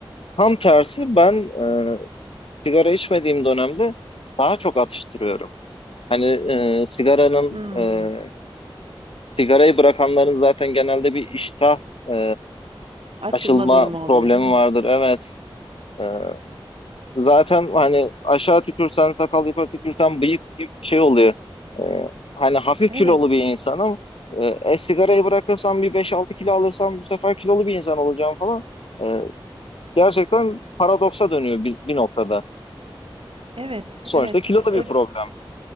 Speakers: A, on the left; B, on the right.
A: tam tersi ben e, sigara içmediğim dönemde daha çok atıştırıyorum. Hani e, sigaranın
B: Hıı.
A: e, sigarayı bırakanların zaten genelde bir iştah e,
B: Açılma
A: açılma
B: durumu oluyor,
A: problemi
B: değil mi?
A: vardır. Evet. e, Zaten hani aşağı tükürsen sakal yukarı tükürsen bıyık gibi bir şey oluyor. Ee, hani hafif
B: Evet,
A: kilolu bir insanım. Ee, e, sigarayı bırakırsam bir beş altı kilo alırsam bu sefer kilolu bir insan olacağım falan. Ee, gerçekten paradoksa dönüyor bir, bir noktada.
B: evet,
A: Sonuçta
B: evet.
A: kilo da
B: E,
A: bir problem.